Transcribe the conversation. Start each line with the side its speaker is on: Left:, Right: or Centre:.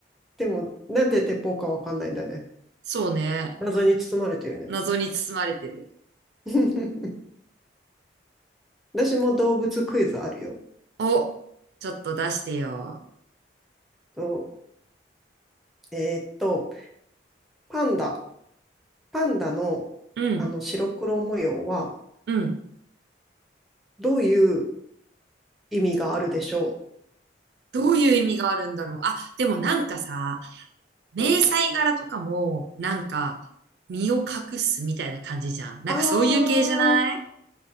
Centre: でも、なんで鉄砲かわかんないんだね。
Right: そうね。
Centre: 謎に包まれてるね。
Right: 謎に包まれてる。
Centre: <laughs> 私も動物クイズあるよ。
Right: お、ちょっと出してよ。
Centre: とえーっと、パンダ。パンダのあの白黒模様は
Right: うん、うん。
Centre: どういう意味があるでしょ
Right: どういう意味があるんだろう。あ、でもなんかさ、迷彩柄とかも、
Centre: う
Right: なんか、身を隠すみたいな感じじゃん。なんかそういう系じゃない
Centre: あー、